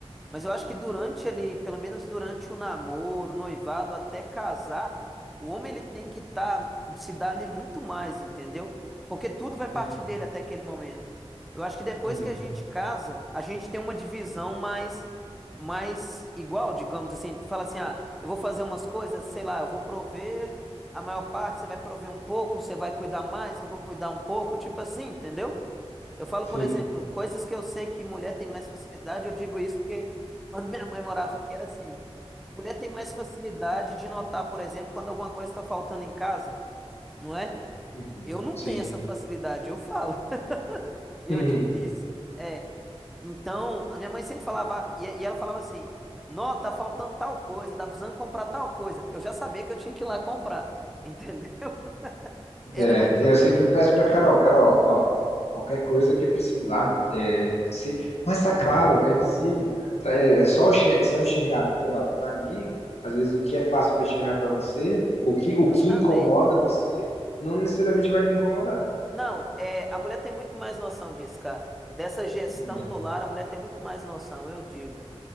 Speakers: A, in the centre; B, on the left.
A: Mas eu acho que durante ali, pelo menos durante o namoro, o noivado, até casar, o homem ele tem que tá, se dar ali muito mais, entendeu? Porque tudo vai partir
B: Uhum.
A: dele até aquele momento. Eu acho que depois
B: Uhum.
A: que a gente casa, a gente tem uma divisão mais, mais igual, digamos assim. Fala assim, ah, eu vou fazer umas coisas, sei lá, eu vou prover a maior parte, você vai prover um pouco, você vai cuidar mais, eu vou cuidar um pouco, tipo assim, entendeu? Eu falo,
B: sim,
A: por exemplo, coisas que eu sei que mulher tem mais facilidade, eu digo isso porque quando minha mãe morava aqui era assim. Mulher tem mais facilidade de notar, por exemplo, quando alguma coisa está faltando em casa, não é?
B: uhum,
A: Eu não
B: sim.
A: tenho essa facilidade, eu falo. <laughs> Eu
B: Uhum.
A: difícil. É. Então, a minha mãe sempre falava, e e ela falava assim: Nó, tá faltando tal coisa, tá precisando comprar tal coisa. Eu já sabia que eu tinha que ir lá comprar, entendeu? <laughs> Era
B: É,
A: mais
B: eu sempre peço pra Carol, Carol, ó, qualquer coisa que precisar, é, sei, mas tá claro, é visível, tá, é, é só, enxer- só enxergar. Eu falei, ó, pra mim, às vezes o que é fácil pra enxergar pra você, o que, o
A: justamente.
B: que incomoda você, não necessariamente vai me incomodar.
A: Não, é, a mulher tem muito mais noção disso, cara. Dessa gestão
B: né?
A: do lar, a mulher tem muito mais noção, eu digo.